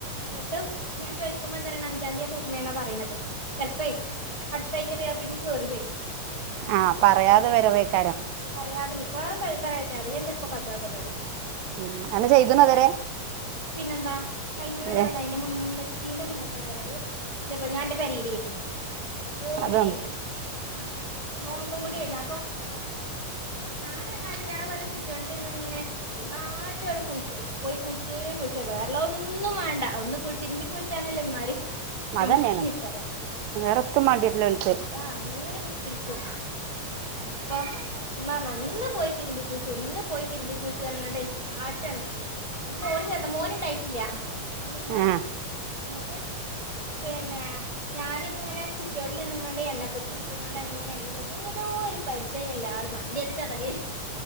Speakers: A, on the left; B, on the right.
A: എന്നിട്ടും ഞാൻ ചോദിക്കുമ്പോ എന്താ പറയണത് അഞ്ചാന്തിയാ പൂട്ടുന്നത് എന്നാ പറയണത്. ചെലപ്പേ അടുത്ത ആഴ്ചക്കെ പിന്നെ കേറി വരും.
B: ആഹ് പറയാതെ
A: അപ്പൊ ഇനി
B: വരവേക്കാരം.
A: പറയാതെ മിക്കവാറും പറയാതെ അധികം ചിലപ്പോ കാട്ടും ആ പരിപാടി.
B: ഉം അന്നെ ചെയ്ത്ണോ
A: കഴിഞ്ഞ
B: ഇതുവരെ
A: പിന്നെന്താ കഴിഞ്ഞ വരവ
B: അതെ
A: ലാ അ ന്റെ മുന്നത്തിന്റെ മുന്നത്തെ വരവ് ഞാൻ എന്റെ പെരേലേന്ന് നോമ്പിനേന്ന്
B: അതാണ്
A: ആഹ്. നോമ്പും കൂടിയേന്ന് അപ്പോ ഞാൻ അണ്ണാച്ച്യളെ പോലെ സിറ്റോട്ടില് ഇരുന്ന് ഇങ്ങനെ ഉമ്മ ആട്ട കുളിച്ച് പോയി കുളിച്ച് കുളിച്ച് വേറെള്ളതൊന്നും വാണ്ട ഒന്ന് തിരുമ്പി കുളി ച്ചാണല്ലോ ഇമ്മാര് നമ്മളെ
B: അതന്നേണ്
A: ചീത്ത പറ്യ
B: വേറെത്തും മാണ്ടിവരില്ല ഓൽക്ക്
A: ആഹ് അങ്ങനെ കുത്തിരി ക്കും, അപ്പോ ഉമ്മ പറഞ്ഞ് ഒന്ന് പോയി തിരുമ്പി കുളിച്ച് ഒന്ന് പോയി തിരുമ്പി കുളിച്ച്. പറഞ്ഞാണ്ട് ആട്ടാണ് അന്ന് മോന് ചെറുതാ മോന് ഇണ്ടായിട്ടില്ല, അതിന് മുന്നേണ്.
B: ആഹ്
A: ഇന്നട്ട് പിന്നെ ഞാന് ഇങ്ങനെ സിറ്റോട്ടിൽ നിന്ന്കാണ്ട് എണ്ണ ക്കുപ്പി എടുത്ത് ങ്ങാണ്ട് അങ്ങനെ എണ്ണിം തേച്ച് ഏതോ ഒരു പരിചയള്ള ആൾ വണ്ടിട്ട <unintelligible>